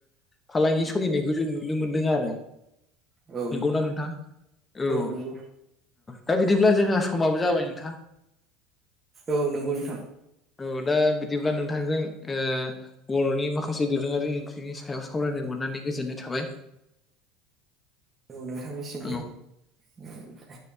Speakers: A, on the left; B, on the right.
A: फालांगि सलिनायखौ जों नुनो मोनदों आरो
B: औ
A: नंगौना नोंथां औ
B: नंगौ
A: दा बिदिब्ला जोंहा स समाबो जाबाय नोंथां।
B: औ नंगौ नोंथां।
A: औ दा बिदिब्ला नोंथांजों बर'नि माखासे दोरोङारि ओंख्रिनि सायाव सावरायनो मोननानै गोजोननाय थाबाय।
B: औ नोंथांनिसिमबो
A: औ
B: औ दे।